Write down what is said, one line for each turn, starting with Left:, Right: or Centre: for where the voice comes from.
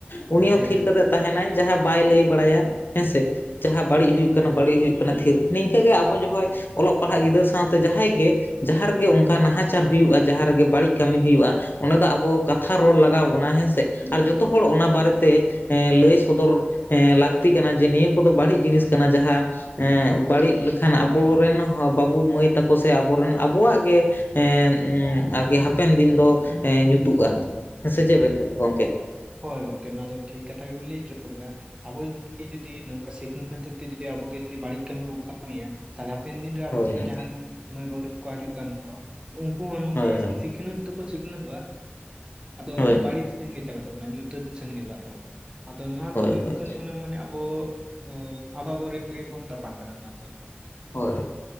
Left: ᱩᱱᱤ ᱦᱚᱸ
Right: ᱦᱮᱸ
Left: ᱛᱷᱤᱨ ᱠᱟᱛᱮᱜ ᱛᱟᱦᱮᱱᱟᱭ ᱡᱟᱦᱟᱸ ᱵᱟᱭ ᱞᱟᱹᱭ ᱵᱟᱲᱟᱭᱟ ᱦᱮᱸᱥᱮ ᱡᱟᱦᱟᱸ ᱵᱟᱹᱲᱤᱡ ᱦᱩᱭᱩᱜ ᱠᱟᱱᱟ ᱵᱟᱹᱲᱤᱡ ᱦᱩᱭᱩᱜ ᱠᱟᱱᱟ ᱛᱷᱤᱨ ᱱᱤᱝᱠᱟᱹᱜᱮ ᱟᱵᱚ ᱡᱚᱦᱚᱭ ᱚᱞᱚᱜ ᱯᱟᱲᱦᱟᱜ ᱜᱤᱫᱟᱹᱨ ᱥᱟᱶᱛᱮ ᱡᱟᱦᱟᱸᱭ ᱜᱮ ᱡᱟᱦᱟᱸ ᱨᱮᱜᱮ ᱚᱱᱠᱟ ᱱᱟᱦᱟᱪᱟᱨ ᱦᱩᱭᱩᱜᱼᱟ ᱡᱟᱦᱟᱸ ᱨᱮᱜᱮ ᱵᱟᱹᱲᱤᱡ ᱠᱟᱹᱢᱤ ᱦᱩᱭᱩᱜᱼᱟ ᱚᱱᱟ ᱫᱚ ᱟᱵᱚ ᱠᱟ ᱛᱷᱟ ᱨᱚᱲ ᱞᱟᱜᱟᱣ ᱵᱚᱱᱟ ᱦᱮᱸᱥᱮ ᱟᱨ ᱡᱚᱛᱚ ᱦᱚᱲ ᱚᱱᱟ ᱵᱟᱨᱮᱛᱮ ᱮᱸ ᱞᱟᱹᱭ <unintelligible> ᱞᱟᱹᱠᱛᱤ ᱠᱟᱱᱟ ᱡᱮ ᱱᱤᱭᱟᱹ ᱠᱚᱫᱚ ᱵᱟᱹᱲᱤᱡ ᱡᱤᱱᱤᱥ ᱠᱟᱱᱟ ᱡᱟᱦᱟᱸ ᱮᱸᱜ ᱵᱟᱹᱲᱤᱡ ᱞᱮᱠᱷᱟᱱ ᱟᱵᱚᱨᱮᱱ ᱦᱚᱸ ᱵᱟᱹᱵᱩ ᱢᱟᱹᱭ ᱛᱟᱠᱚ ᱥᱮ ᱟᱵᱚ ᱨᱮᱱ ᱟᱵᱚᱣᱟᱜ ᱜᱮ ᱮᱸ ᱮᱸ ᱟᱜᱮ ᱦᱟᱯᱮᱱ ᱫᱤᱱ ᱫᱚ ᱧᱩᱛᱩᱜᱼᱟ ᱥᱮ ᱪᱮᱫ ᱵᱮᱱ ᱞᱟᱭᱼᱫᱟ ᱜᱚᱝᱠᱮ
Right: ᱦᱳᱭ ᱜᱚᱝᱠᱮ ᱱᱚᱣᱟ ᱫᱚ ᱴᱷᱤᱠ ᱠᱟᱛᱷᱟ ᱜᱮᱵᱤᱱ ᱞᱟᱹᱭ ᱦᱚᱪᱚ ᱠᱮᱫᱟ ᱟᱵᱚ ᱡᱩᱫᱤ ᱱᱚᱝᱠᱟ ᱥᱤᱠᱷᱱᱟᱹᱛ ᱠᱟᱛᱮ ᱡᱩᱫᱤ ᱟᱵᱚᱜᱮ ᱡᱩᱫᱤ ᱵᱟᱹᱲᱤᱡ ᱠᱟᱹᱢᱤ ᱵᱚ ᱠᱟᱹᱢᱤᱭᱟ ᱛᱟᱦᱞᱮ ᱦᱟᱯᱮᱱ ᱫᱤᱱ ᱨᱮ ᱟᱵᱚ
Left: ᱦᱳᱭ ᱦᱳᱭ
Right: ᱡᱟᱦᱟᱱ ᱢᱟᱹᱭ ᱵᱟᱹᱵᱩ ᱛᱟᱠᱚᱠᱚ ᱦᱤᱡᱩᱜ ᱠᱟᱱ ᱛᱟᱦᱮᱸ ᱫᱚ ᱩᱱᱠᱩ ᱦᱚᱸ ᱱᱚᱝᱠᱟ
Left: ᱦᱳᱭ ᱦᱳᱭ
Right: ᱜᱮ ᱥᱤᱠᱷᱱᱟᱹᱛ ᱫᱚᱠᱚ ᱥᱤᱠᱷᱱᱟᱹᱛᱚᱜᱼᱟ ᱟᱫᱚ
Left: ᱦᱳᱭ
Right: ᱵᱟᱹᱲᱤᱡ ᱥᱮᱱ ᱜᱮ ᱪᱟᱞᱟᱜ ᱚᱱᱟ ᱧᱩᱛᱟᱹᱛ ᱥᱮᱱ ᱜᱮ ᱪᱟᱞᱟᱜ ᱠᱟᱱᱟ ᱟᱫᱚ ᱱᱚᱣᱟ
Left: ᱦᱳᱭ
Right: ᱫᱚ ᱦᱩᱭᱩᱜ
Left: ᱦᱳᱭ
Right: ᱠᱟᱱ ᱛᱚᱵᱮ ᱱᱟᱦᱟᱜ ᱢᱟᱱᱮ ᱟᱵᱚ ᱚᱸ ᱟᱵᱚᱵᱚ ᱨᱮᱜᱮ ᱵᱚᱱ ᱛᱟᱯᱟᱢ ᱠᱟᱱᱟ ᱱᱚᱣᱟ ᱫᱚ
Left: ᱦᱳᱭ